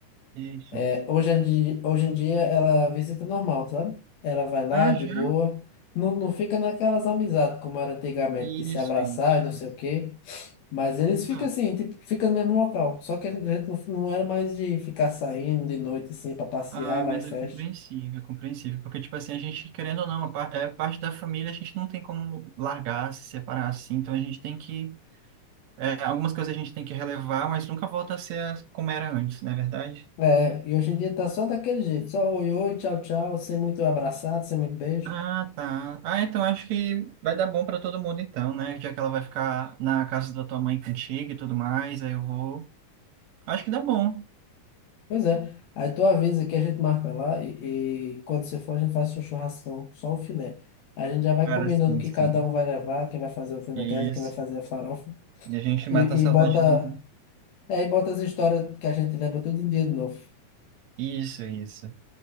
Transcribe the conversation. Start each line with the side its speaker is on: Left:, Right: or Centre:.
Right: isso.
Left: é, hoje em dia, hoje em dia ela visita normal, sabe? Ela vai lá
Right: Ah,
Left: de
Right: já?
Left: boa, não, não fica naquelas amizades como era antigamente,
Right: Isso,
Left: de se abraçar
Right: isso.
Left: e não sei o quê. Mas eles ficam
Right: Ah,
Left: assim, tipo, fica no mesmo local. Só que a gente não, não era mais de ficar saindo de noite assim pra passear,
Right: ah,
Left: vai
Right: mas
Left: em festa.
Right: é compreensível, é compreensível. Porque, tipo assim, a gente, querendo ou não, a par- é parte da família, a gente não tem como largar, se separar assim. Então a gente tem que. é, algumas coisas a gente tem que relevar, mas nunca volta a ser as- como era antes, não é verdade?
Left: É, e hoje em dia tá só daquele jeito, só oi, oi, tchau, tchau, sem muito abraçado, sem muito beijo.
Right: Ah, tá. Ah, então acho que vai dar bom pra todo mundo então, né? Já que ela vai ficar na casa da tua mãe contigo e tudo mais, aí eu vou. Acho que dá bom.
Left: Pois é. Aí tu avisa que a gente marca lá e, e quando você for a gente faz um churrascão, só o filé. A gente já vai
Right: Cara,
Left: combinando
Right: sim,
Left: o que
Right: sim.
Left: cada um vai levar, quem vai fazer o vinagrete,
Right: Isso.
Left: quem vai fazer a farofa.
Right: E a gente mata
Left: E,
Right: a saudade
Left: e bota,
Right: do.
Left: é, e bota as histórias que a gente lembra tudo em dia de novo.
Right: Isso, isso.